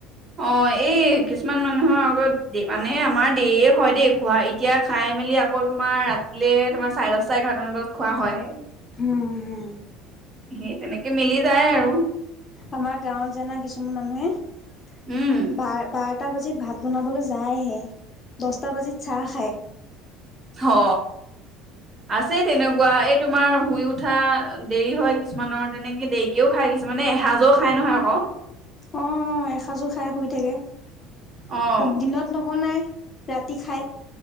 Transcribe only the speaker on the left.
হু হু
আমাৰ গাঁৱত জানা কিছুমান মানুহে
বা বাৰটা বাজিত ভাত বনাবলৈ যায়হে দছটা বাজিত চাহ খায়
অ এসাজো খাই শুই থাকে
দিনত নবনাই ৰাতি খায়